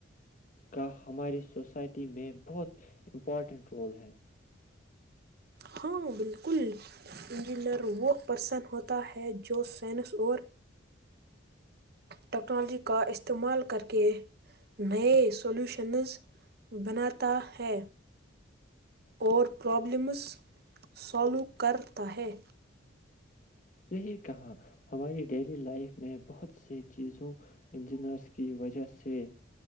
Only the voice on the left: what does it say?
کا ہماری سوسائٹی میں بہت امپورٹنٹ رول ہے
صحیح کہا ہماری ڈیلی لائف میں بہت سی چیزوں انجینئرس کی وجہ سے